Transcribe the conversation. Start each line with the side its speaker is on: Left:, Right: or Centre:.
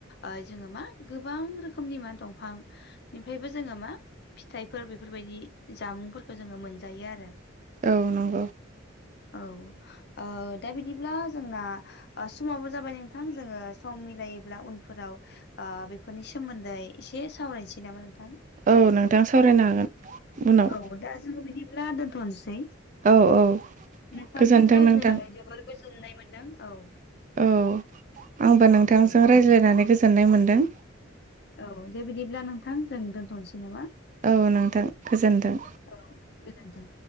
Left: ओ जोङो मा गोबां रोख खोमनि मा दंफांनिफ्रायबो जोङो मा फिथाइफोर बेफोरबायदि जामुंफोरखौ जोङो मोनजायो आरो।
Right: औ नंगौ।
Left: औ ओ दा बिदिब्ला जोंना ओ समाबो जाबाय नोंथां जोङो सम मिलायोब्ला उनफोराव ओ बेफोरनि सोमोन्दै एसे सावरायसै नामा नोंथां?
Right: औ नोंथां सावरायनो हागोन उनाव।
Left: औ दा जों बिदिब्ला दोनथ'नोसै।
Right: औ औ
Left: गोजोननाय
Right: गोजोन्थों नोंथां
Left: मोन्दों।
Right: औ आंबो नोंथांजों
Left: दे
Right: रायज्लायनानै गोजोननाय मोन्दों।
Left: औ दे बिदिब्ला नोंथां जों दोन्थ'नोसै नामा?
Right: औ नोंथां गोजोनथों।
Left: औ गोजोनथों।